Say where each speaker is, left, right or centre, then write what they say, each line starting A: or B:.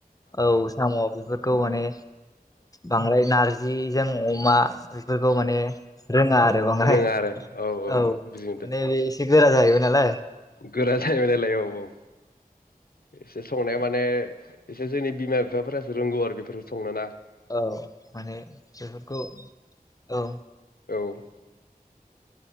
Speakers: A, on the left; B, on the left.
A: औ साम' बेफोर गौ माने बांद्राय नार जि जों अमा बेफोरखौ माने रोङा आरो बांद्राय
B: रोङा आरो
A: औ माने
B: बुजि मोनदों
A: बे एसे गोरा जाहैबाय नालाय
B: गोरा जाहैबाय नालाय औ औ एसे संनाया माने एसे जोंनि बिमा बिफाफोरासो रोंगौ आरो बेफोरखौ संनो ना
A: औ माने बेफोरखौ औ
B: औ ओ